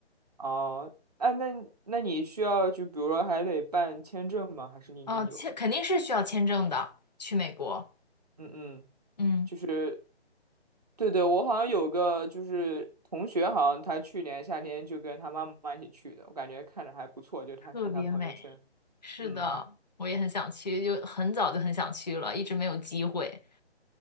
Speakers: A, on the right (about 35°); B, on the left (about 40°).
A: 哦，哎，那那你需要就比如说还得办签证吗？还是你已经有了？
B: 啊，签肯定是需要签证的，去美国，
A: 嗯嗯。
B: 嗯，
A: 就是。对对，我好像有个就是同学，好像他去年夏天就跟他妈妈一起去的，我感觉看着还不错，就他看他朋友圈。
B: 特别美，是的，
A: 嗯，
B: 我也很想去，就很早就很想去了，一直没有机会。